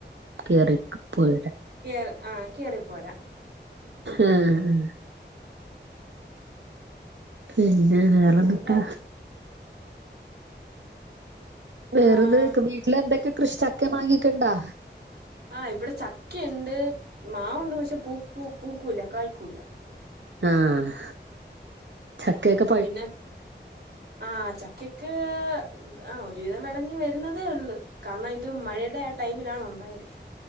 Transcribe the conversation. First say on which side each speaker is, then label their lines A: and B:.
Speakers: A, on the right (about 75°); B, on the right (about 60°).
A: കേറിക്ക് പോയിടാ
B: കേറി ആഹ് കേറിപ്പോരാ
A: ഏഹ് പിന്നെ വേറന്ത്ട്ടാ
B: അല്ലാതെ
A: വേറെ
B: ആഹ്
A: എന്തക്കെ വീട്ടിലെന്തൊക്കെ കൃഷി ചക്കെ മാങ്ങ്യാെക്കെ ഉണ്ടോ.
B: ആഹ് ഇവിടെ ചക്ക ഇണ്ട്. മാവുണ്ട് പക്ഷെ പൂ പൂക്കൂല കായ്ക്കൂല
A: ആഹ് ചക്ക്യക്കെ
B: പിന്നെ ആഹ് ചക്കക്ക് ആഹ് ഒരുവിധം വെളഞ് വെരുന്നതേ ഒള്ളു. കാര്ണം ഇത് മഴയുടെ ആഹ് ടൈമിലാണ് ഉണ്ടായത്